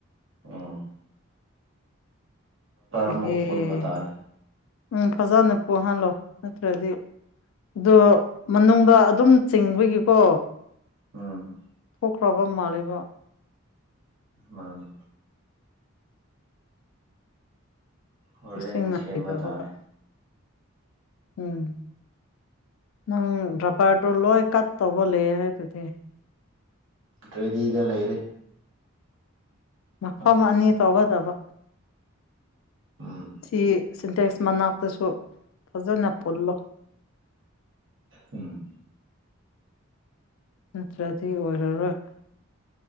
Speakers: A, on the right; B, on the left.
A: ꯑꯣ ꯑꯃꯨꯛ
B: ꯑꯦꯍꯦ
A: ꯄꯨꯟꯕ ꯇꯥꯔꯦ
B: ꯎꯝ ꯐꯖꯅ ꯄꯨꯍꯜꯂꯣ ꯅꯠꯇ꯭ꯔꯗꯤ ꯑꯗꯨ ꯃꯅꯨꯡꯗ ꯑꯗꯨꯝ ꯆꯤꯡꯕꯒꯤꯀꯣ
A: ꯎꯝ
B: ꯄꯣꯛꯈ꯭ꯔꯥꯕ ꯃꯥꯜꯂꯦꯕ
A: ꯃꯥꯅꯦ ꯍꯣꯔꯦꯟ
B: ꯏꯁꯤꯡ ꯅꯥꯗꯕꯒ
A: ꯁꯦꯝꯕ ꯇꯥꯔꯦ
B: ꯎꯝ ꯅꯪ ꯔꯕꯔꯗꫭ ꯂꯣꯏ ꯀꯥꯠ ꯇꯧꯕ ꯂꯩ ꯍꯥꯏꯗꯨꯗꯤ
A: ꯔꯦꯗꯤꯗ ꯂꯩꯔꯦ
B: ꯃꯐꯝ
A: ꯑꯗꯨꯗꯤ
B: ꯑꯅꯤ ꯇꯧꯒꯗꯕ
A: ꯎꯝ
B: ꯁꯤ ꯁꯤꯟꯇꯦꯛꯁ ꯃꯅꯥꯛꯇꯁꯨ ꯐꯖꯅ ꯄꯨꯜꯂꯣ
A: ꯎꯝ
B: ꯅꯠꯇ꯭ꯔꯗꯤ ꯑꯣꯏꯔꯔꯣꯏ